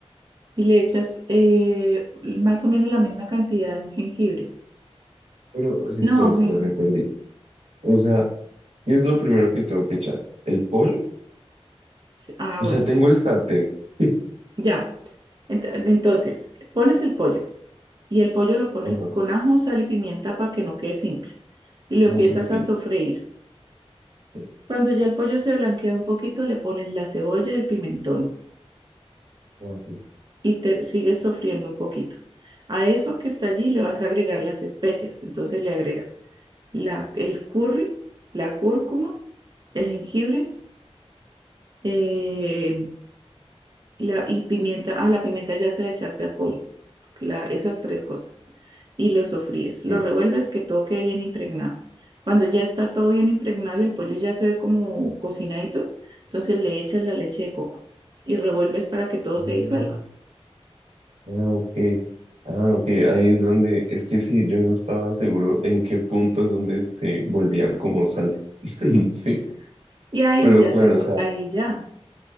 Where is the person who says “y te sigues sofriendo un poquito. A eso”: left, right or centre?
Right